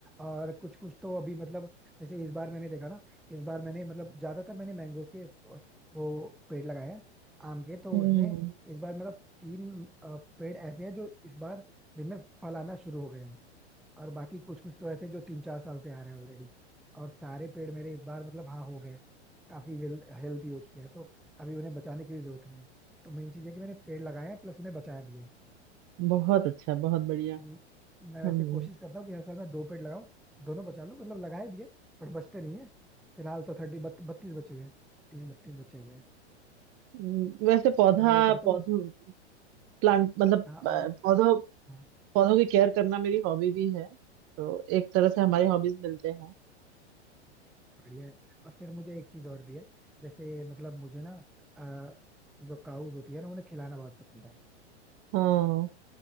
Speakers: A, in the centre; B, on the right (about 40°).
A: और कुछ कुछ तो अभी मतलब जैसे इस बार मैंने देखा ना इस बार मैंने मतलब ज्यादातर मैंने मैंगोज के अ, वो पेड़ लगाए हैं आम के तो
B: हम्म
A: उसमें इस बार मतलब तीन अ, पेड़ ऐसे हैं जो इस बार जिनमें फल आना शुरू हो गए हैं और बाकी कुछ कुछ तो ऐसे जो तीन चार साल से आ रहे हैं ऑलरेडी और सारे पेड़ मेरे इस बार मतलब हाँ हो गए हैं। काफी वेल हेल्दी हो चुके हैं तो अभी उन्हें बचाने की भी जरूरत नहीं है तो मेन चीज है कि मैंने पेड़ लगाए हैं प्लस उन्हें बचाया भी है
B: बहुत अच्छा बहुत बढ़िया
A: म- मैं वैसे
B: हम्म
A: कोशिश करता हूँ कि हर साल मैं दो पेड़ लगाऊं दोनों बचा लूं मतलब लगाए भी है बट बचते नहीं है फिलहाल तो थर्टी बत, बत्तीस बचे हुए हैं तीस बत्तीस बचे हुए हैं
B: हम्म, वैसे पौधा
A: तो मैं ये करता
B: पौधों
A: हूँ उस-
B: प्लांट मतलब
A: हाँ
B: अ,
A: और
B: पौधों
A: हाँ
B: पौधों की केयर करना मेरी हॉबी भी है तो एक तरह से हमारे
A: अच्छा
B: हॉबीज मिलते हैं
A: बढ़िया है और फिर मुझे एक चीज और भी है जैसे मतलब मुझे ना अ, जो काउज होती है ना उन्हें खिलाना बहुत पसंद है
B: हाँ